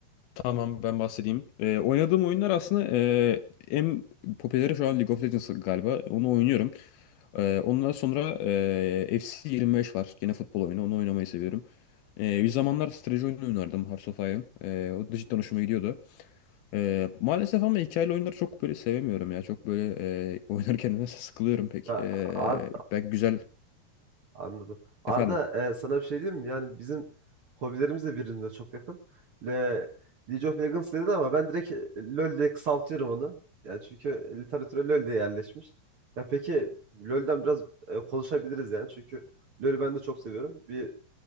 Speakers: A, on the left; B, on the right.
A: Tamam ben bahsedeyim. Ee, oynadığım oyunlar aslında e, en popüleri şu an League of Legends galiba. Onu oynuyorum. Ee, ondan sonra e, FC 25 var. Gene futbol oyunu. Onu oynamayı seviyorum. Ee, bir zamanlar strateji oyunu oynardım Hearts of Iron. Ee, o da cidden hoşuma gidiyordu. Ee, maalesef ama hikayeli oyunları çok böyle sevemiyorum ya. Çok böyle e, <laughs> oynarken de sıkılıyorum pek.
B: Ya,
A: Ee,
B: Ar-
A: belki güzel.
B: Anladım. Arda
A: Efendim.
B: e, sana bir şey diyeyim mi? Yani bizim hobilerimiz de birbirine çok yakın. Le, League of Legends dedin ama ben direkt LoL diye kısaltıyorum onu. Yani çünkü literatüre LoL diye yerleşmiş. Ya peki LoL'den biraz e, konuşabiliriz yani. Çünkü LoL'ü ben de çok seviyorum. Bir